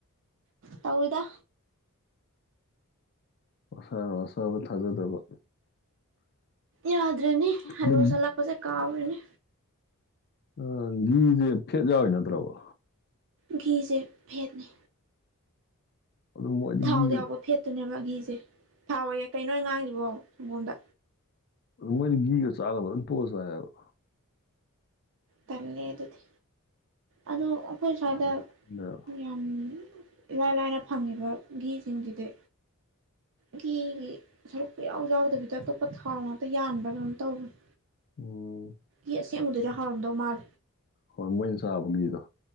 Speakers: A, on the right; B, on the left.
A: ꯇꯧꯏꯤꯗ
B: ꯃꯁꯥ ꯑꯁꯥꯕ ꯊꯥꯖꯗꯕ
A: ꯌꯥꯗ꯭ꯔꯦꯅꯦ ꯍꯅꯨꯁꯂ
B: ꯑꯗ
A: ꯀꯁꯦ ꯀꯥ ꯑꯣꯏꯦꯅꯦ
B: ꯑ ꯒꯤꯘꯁꯦ ꯐꯦꯠ ꯌꯥꯎꯋꯤ ꯅꯠꯇ꯭ꯔꯕ
A: ꯘꯤꯁꯦ ꯐꯦꯠꯅꯤ
B: ꯑꯗꯨ ꯃꯣꯏꯗꯤ
A: ꯊꯥꯎꯗ
B: ꯘꯤꯒ
A: ꯌꯥꯎꯕ ꯐꯦꯠꯇꯨꯅꯦꯕ ꯑꯘꯁꯦ ꯊꯥꯎ ꯑꯣꯏꯌꯦꯦ ꯀꯩꯅꯣ ꯉꯥꯡꯁꯤꯕꯣ ꯁꯪꯒꯣꯝꯗ
B: ꯃꯣꯏꯅ ꯒꯤꯣ ꯆꯥꯂꯣꯕ ꯇꯣꯁ ꯍꯥꯏꯦꯕ
A: ꯇꯜꯂꯦ ꯑꯗꯨꯗꯤ ꯑꯣ ꯑꯩꯈꯣꯏ ꯏꯁ꯭ꯋꯥꯏꯗ
B: ꯍꯥꯏꯕ
A: ꯌꯥꯝ ꯏꯂꯥꯏ ꯂꯥꯏꯅ ꯐꯪꯉꯤꯕ ꯒꯤꯘꯁꯤꯡꯁꯤꯗꯤ ꯒꯤ ꯁꯔꯨꯛꯄ ꯌꯥꯎ ꯌꯥꯎꯗꯕꯤꯗ ꯑꯇꯣꯞꯄ ꯊꯥꯎ ꯉꯥꯛꯇ ꯌꯥꯟꯕ ꯑꯗꯨꯝ ꯇꯧꯕꯅꯤ
B: ꯎꯝ
A: ꯌꯦꯠꯁ ꯎꯗꯅ ꯍꯥꯎꯔꯝꯗꯧ ꯃꯥꯜ
B: ꯍꯃ ꯏꯟꯁꯥꯐꯒꯤꯗ